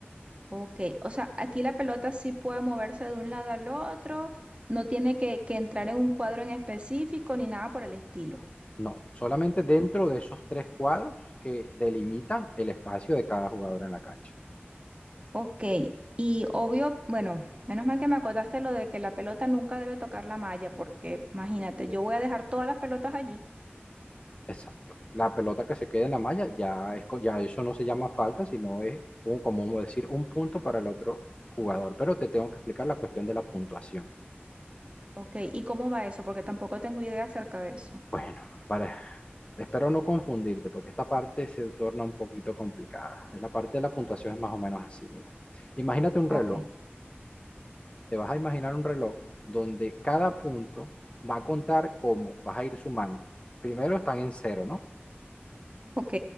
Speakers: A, on the right; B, on the left.
A: Ok, o sea, aquí la pelota sí puede moverse de un lado al otro, no tiene que, que entrar en un cuadro en específico ni nada por el estilo.
B: No, solamente dentro de esos tres cuadros que delimitan el espacio de cada jugador en la cancha.
A: Ok, y obvio, bueno, menos mal que me acotaste lo de que la pelota nunca debe tocar la malla, porque imagínate, yo voy a dejar todas las pelotas allí.
B: Exacto. La pelota que se queda en la malla ya es, co- ya eso no se llama falta, sino es un- como vamos a decir un punto para el otro jugador. Pero te tengo que explicar la cuestión de la puntuación.
A: Ok, ¿y cómo va eso? Porque tampoco tengo idea acerca de eso.
B: Bueno, para, espero no confundirte porque esta parte se torna un poquito complicada. La parte de la puntuación es más o menos así, mira. Imagínate un reloj.
A: Ok,
B: Te vas a imaginar un reloj donde cada punto va a contar como vas a ir sumando. Primero están en cero, ¿no?
A: ok,